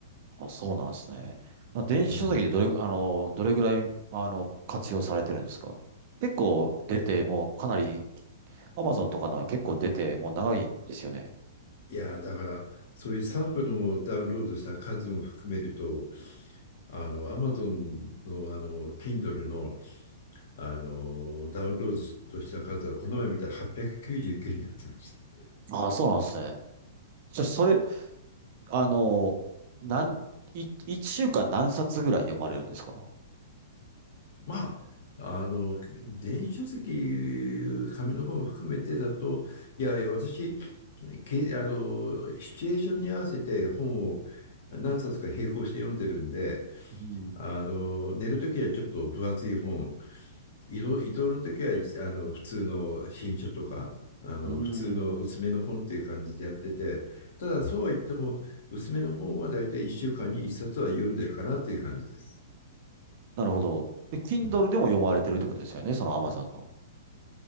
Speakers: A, on the right (about 50°); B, on the left (about 65°).
A: あ、そうなんですね。まあ電子書籍でどれ、
B: うん。
A: あの、どれぐらい、あの、活用されてるんですか結構出て、
B: いや、
A: もうかなり、アマゾンとかのは結構出て、もう長いですよね。
B: いやだから、そういうサンプルをダウンロードした数も含めると、あの、Amazon の、あの、Kindle の、あの、ダウンロードした数は、この前見たら899になってました。
A: ああ、そうなんですね。じゃあ、それ、あの、なん、い、一週間何冊ぐらい読まれるんですか
B: まあ、あの、電子書籍、紙の本を含めてだと、いやいや、私、け、あの、シチュエーションに合わせて本を何冊か並行して読んでるんで、
A: うん。
B: あの、寝るときはちょっと分厚い本、移動、移動のときは、あの、普通の新書とか、あの、
A: うん。
B: 普通の薄めの本っていう感じでやってて、ただそうは言っても、薄めの本は大体1週間に1冊は読んでるかなっていう感じです。
A: なるほど。え、Kindle
B: うん。
A: でも読まれてるってことですよね、その Amazon の。